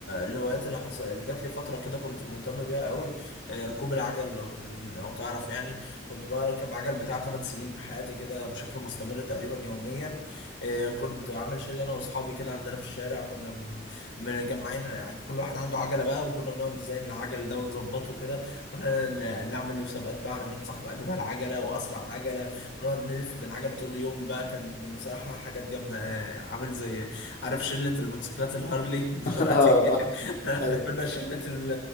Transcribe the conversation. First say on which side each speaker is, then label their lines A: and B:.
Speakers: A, on the left; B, on the left.
A: الهوايات اللي حص... اللي جات لي فتره كده كنت مهتم بيها قوي آه، ركوب العجل لو ت... لو تعرف يعني كنت بركب عجل بتاع 8 سنين في حياتي كده بشكل مستمر تقريبا يوميا آه، كنت عامل شله انا واصحابي كده عندنا في الشارع كنا م- مجمعين ع- كل واحد عنده عجله بقى وكنا بنقعد نزين العجل ده ونظبطه كده كنا ن- نعمل مسابقات بقى على مين صاحب اجمل عجله واسرع عجله ونقعد نلف بالعجل طول اليوم بقى كان بصراحه حاجات جامده آه، عامل زي عارف شلة الموتوسيكلات الهارلي دلوقتي
B: <laughs> اه اه
A: <laughs> احنا
B: ايوه
A: كنا شلة ال-